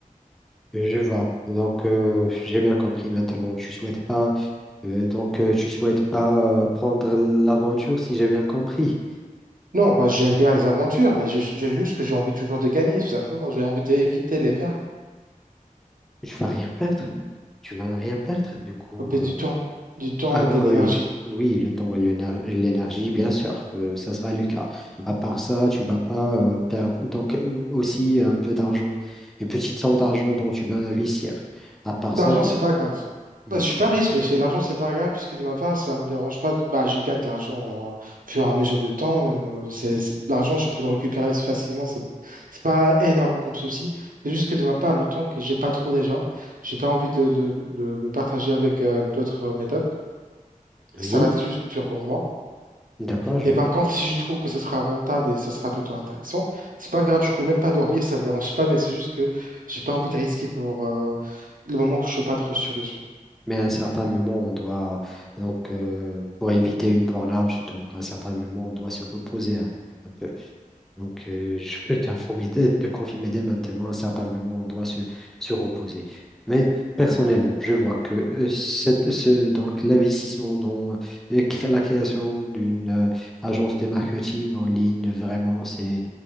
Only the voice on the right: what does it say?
Non, bah, j'aime bien les aventures, mais j'ai j'ai juste que j'ai envie toujours de gagner, tout simplement. J'ai envie d'éviter les pertes.
Faut baisser
du temps, du temps
et de
l'énergie.
L'argent,
c'est pas grave.
Bah, je suis pas
riche, mais c'est- l'argent, c'est pas grave, puisque de ma part, ça me dérange pas. de- Bah, je gagne de l'argent au fur et à mesure du temps. euh, c'est, c'est- L'argent, je peux le récupérer facilement. C'est c'est pas énorme comme souci. C'est juste que de ma part, le temps que j'ai pas trop déjà, j'ai pas envie de le, le- le- le partager avec euh, d'autres méthodes.
Ça va être juste dur pour moi.
Mais
par contre, si je trouve que ce sera rentable et ça sera plutôt intéressant, c'est pas grave, je peux même pas dormir, ça me dérange pas, mais c'est juste que j'ai pas envie de risquer pour euh, le moment que je suis pas trop sûr dessus.